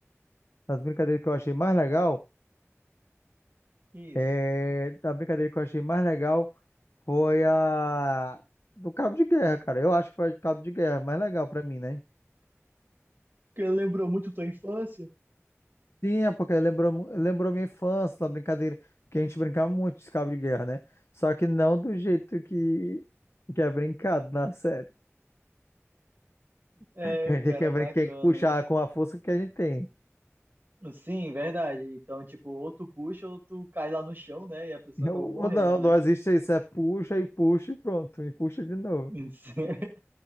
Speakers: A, on the left; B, on the right.
A: As brincadeiras que eu achei mais legal,
B: Isso.
A: é, a brincadeira que eu achei mais legal. Foi a do Cabo de Guerra, cara. Eu acho que foi a do Cabo de Guerra, mais legal pra mim, né?
B: Que lembrou muito tua infância?
A: Sim, é porque lembrou, mu- lembrou minha infância, da brincadeira, que a gente brincava muito de cabo de guerra, né? Só que não do jeito que, que é brincado na <laughs> série.
B: É,
A: Que a gente
B: o cara
A: tem que, brin-
B: bacana.
A: tem que puxar com a força que a gente tem.
B: Sim, verdade. Então, tipo, ou tu puxa ou tu cai lá no chão, né? E a pessoa
A: Eu,
B: acaba morrendo,
A: não,
B: né?
A: não existe isso, é puxa e puxa e pronto, e puxa de novo.
B: Isso. <laughs> é,